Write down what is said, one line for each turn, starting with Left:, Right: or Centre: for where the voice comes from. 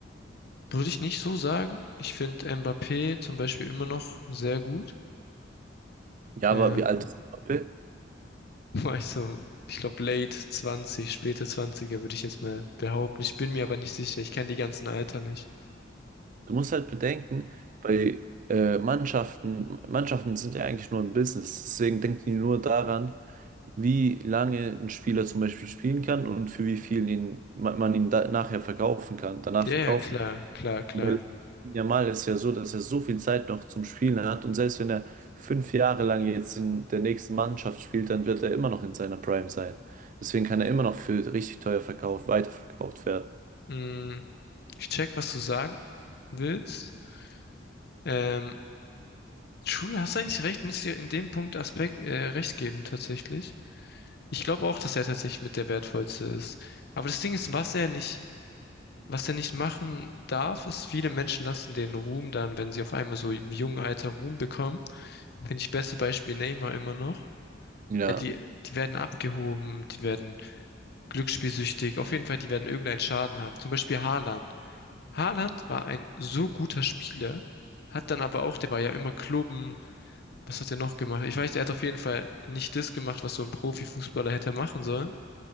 Left: Würde ich nicht so sagen. Ich finde Mbappé zum Beispiel immer noch sehr gut.
Right: Ja,
Left: Ähm,
Right: aber wie alt ist Mbappé?
Left: <laughs> war ich so, ich glaube, late 20, späte 20er würde ich jetzt mal behaupten. Ich bin mir aber nicht sicher. Ich kenne die ganzen Alter nicht.
Right: Du musst halt bedenken, bei äh, Mannschaften, Mannschaften sind ja eigentlich nur ein Business, deswegen denken die nur daran, wie lange ein Spieler zum Beispiel spielen kann und für wie viel ihn, man, man ihn da, nachher verkaufen kann, danach
Left: Ja,
Right: verkaufen
Left: ja, klar,
Right: kann.
Left: klar, klar.
Right: Weil Yamal ist ja so, dass er so viel Zeit noch zum Spielen hat und selbst wenn er fünf Jahre lang jetzt in der nächsten Mannschaft spielt, dann wird er immer noch in seiner Prime sein. Deswegen kann er immer noch für richtig teuer verkauft, weiterverkauft werden.
Left: Mm, ich check, was du sagen willst. Ähm, True, hast eigentlich recht, muss ich dir in dem Punkt Aspekt äh, recht geben, tatsächlich. Ich glaube auch, dass er tatsächlich mit der wertvollste ist. Aber das Ding ist, was er nicht Was der nicht machen darf, ist, viele Menschen lassen den Ruhm dann, wenn sie auf einmal so im jungen Alter Ruhm bekommen. Finde ich beste Beispiel Neymar immer noch.
Right: Ja,
Left: Ja, die, die werden abgehoben, die werden glücksspielsüchtig. Auf jeden Fall, die werden irgendeinen Schaden haben. Zum Beispiel Haaland. Haaland war ein so guter Spieler, hat dann aber auch, der war ja immer klubben. Was hat er noch gemacht? Ich weiß, er hat auf jeden Fall nicht das gemacht, was so ein Profifußballer hätte machen sollen.